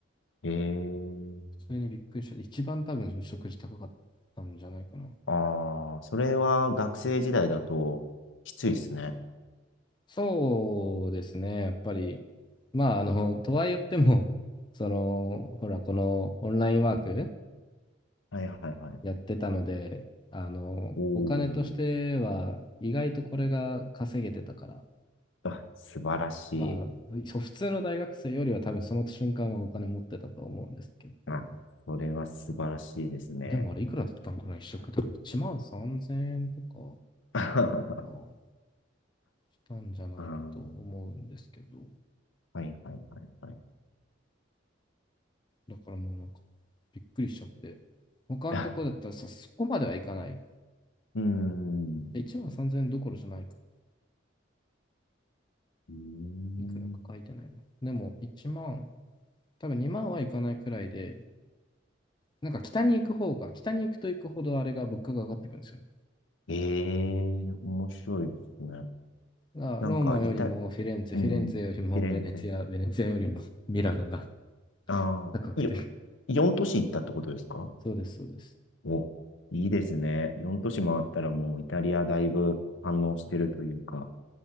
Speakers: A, on the left; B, on the left.
A: ええ
B: それにびっくりして、一番多分食事高かったんじゃないかな。
A: ああ、それは学生時代だときついですね。
B: そうですね、やっぱり、まあ、あの、とは言っても、その、ほら、このオンラインワーク
A: はいはいはい。
B: やってたので、あの、
A: お
B: お金としては意外とこれが稼げてたから、
A: ー。あ、素晴らしい。
B: まあ、そ普通の大学生よりは多分その瞬間はお金持ってたと思うんですけど、
A: あ、それは素晴らしいですね。
B: でもあれいくらだったのかな、一食多分1万3000円とか、
A: <laughs> あ
B: まあ、したんじゃないかと思うんですけど、
A: ー、はいはいはいはい。
B: だからもうなんか、びっくりしちゃって、他のとこだったらさ、
A: あ、
B: そこまではいかない。
A: うーん。
B: 1万3000円どころじゃないか。
A: うーん。
B: いくらか書いてないな。でも1万、多分2万はいかないくらいで、なんか北に行く方が、北に行くと行くほどあれが物価が上がってくるんですよね。
A: ええ面白いですね。
B: あ、
A: なんか、
B: ローマよりもフィレンツェ、
A: いた、うんうん、
B: フィレンツェよりもベネツィア、
A: フィレンツェ。
B: ベネツィアよりもミラノが
A: ああ、
B: 高くて。
A: よ、
B: <laughs>
A: 4都市行ったってことですか
B: そうです、そうです。
A: お、いいですね。4都市回ったらもうイタリアだいぶ反応してるというか、